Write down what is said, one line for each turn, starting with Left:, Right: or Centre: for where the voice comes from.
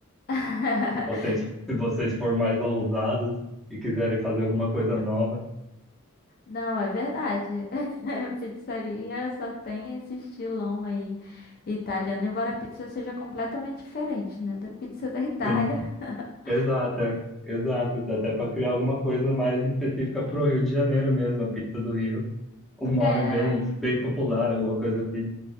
Left: <laughs>
Centre: Se vocês, se vocês for mais ousados e quiserem fazer alguma coisa nova,
Left: Não, é verdade. <laughs> Pizzaria só tem esse estilão aí italiano, embora a pizza seja completamente diferente, né? Da pizza da Itália.
Centre: sim.
Left: <laughs>
Centre: Exato, é- exato. Dá até para criar alguma coisa mais específica pro Rio de Janeiro mesmo, a pizza do Rio. Um nome
Left: É,
Centre: bem, bem popular, alguma coisa assim.